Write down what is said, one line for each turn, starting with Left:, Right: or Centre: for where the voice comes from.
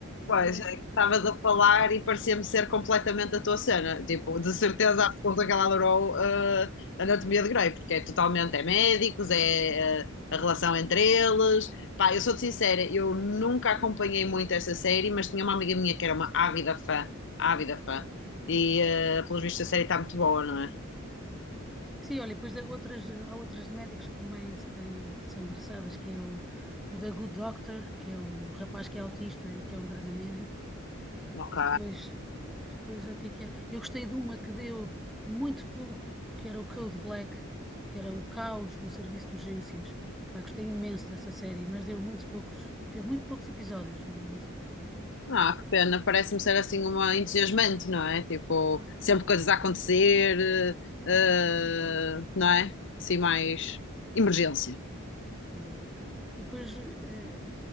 Left: Pois,
Centre: eh, Essa
Left: é que estavas
Centre: coisa.
Left: a falar e parecia-me ser completamente a tua cena. Tipo, de certeza absoluta que ela adorou eh, Anatomia de Grey, porque é totalmente, é médicos, é eh, a relação entre eles. Pá, eu sou-te sincera, eu nunca acompanhei muito essa série, mas tinha uma amiga minha que era uma ávida fã, ávida fã. E, eh, pelos vistos, a série está muito boa, não é?
Centre: Sim, olha, depois há outras, há outras de médicos que também se têm- que são engraçadas, que é o, o da Good Doctor, que é o rapaz que é autista e que é um grande médico.
Left: Ok.
Centre: Depois, depois o que é que é? Eu gostei de uma que deu muito pouco, que era o Code Black, que era o caos no serviço de urgências. Pá, gostei imenso dessa série, mas deu muito poucos, teve muito poucos episódios, não, não sei porquê.
Left: Ah, que pena, parece-me ser assim uma entusiasmante, não é? Tipo, sempre coisas a acontecer, eh, eh, não é? Assim, mais emergência.
Centre: Nada. E depois, eh,